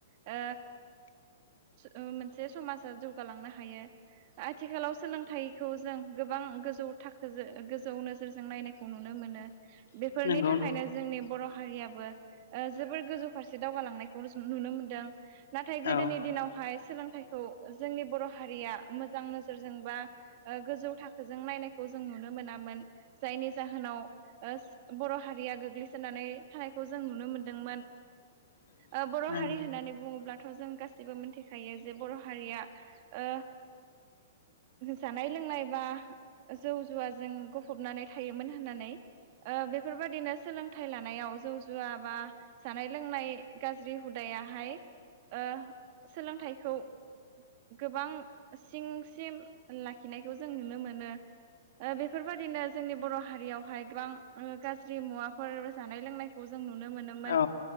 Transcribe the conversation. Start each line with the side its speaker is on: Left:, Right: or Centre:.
Right: ओ ओ‌ मोनसे समाजा जौगालांनो हायो आथिखालाव सोलोंथाइखौ जों गोबां गोजौ थाखोजो गोजौ नोजोरजों नायनायखौ नुनो मोनो बेफोरनि
Left: नंगौ
Right: थाखायनो
Left: नों
Right: जोंनि बर' हारियाबो ओ जोबोर गोजौ फारसे दावगालांनायखौ जों नुनो मोनदों नाथाय गोदोनि
Left: औ
Right: दिनावहाय सोलोंथाइखौ जोंनि बर' हारिया मोजां नोजोरजों बा ओ गोजौ थाखोजों नायनायखौ जों नुनो मोनामोन जायनि जाहोनाव ओ बर' हारिया गोग्लैसोनानै थानायखौ जों नुनो मोनदोंमोन
Left: <inaudible>
Right: ओ बर'
Left: नंगौ
Right: हारि होननानै बुङोब्ला थ' जों गासैबो मोनथिखायो जे बर' हारिया ओ जानाय लोंनाय बा जौ जुवाजों गफबनानै थायोमोन होननानै ओ बेफोरबायदिनो सोलोंथाइ लानायाव जौ जुवा बा जानाय लोंनाय गाज्रि हुदाय याहाय ओ सोलोंथाइखौ गोबां सिं सिम लाखिनायखौ जों नुनो मोनो ओ बेफोरबायदिनो जोंनि बर' हारियावहाय गोबां ओ गाज्रि मुवाफोर जानाय लोंनायखौ जों नुनो मोनोमोन
Left: औ